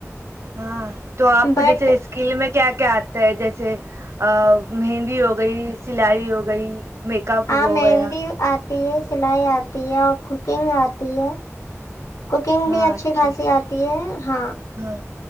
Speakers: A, on the right; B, on the left.
A: ہاں تو آپ کو
B: بٹ
A: جیسے اسکل میں کیا کیا آتا ہے جیسے ا مہندی ہو گئی سلائی ہو گئی میک اپ
B: ہاں
A: ہوا ہو
B: مہندی
A: گیا
B: آ ہے سلائی آتی ہے اور کوکنگ آتی ہے کوکنگ
A: ہاں
B: بھی اچھی
A: اچھا
B: خاصی آتی ہے ہاں
A: ہاں